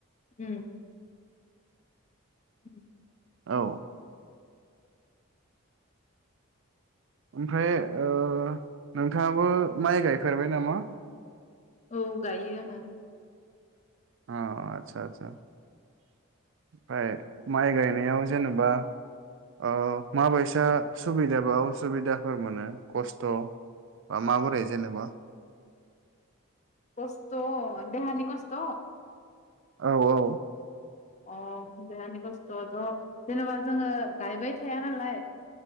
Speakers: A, on the left; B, on the right.
A: उम उ
B: औ। ओमफ्राय ओ नोंथाङाबो माइ गायफेरबाय नामा?
A: औ गायो आङो।
B: अह आतसा आतसा। ओमफाय माइ गायनायाव जेनेबा ओ माबायसा सुबिदा बा उसुबिदाफोर मोनो खस्थ' बा माबोरै जेनेबा?
A: कस्थ' देहानि कस्थ'?
B: औ औ।
A: अह देहानि खस्थ'आथ' जेनेबा जोङो गायबाय थाया नालाय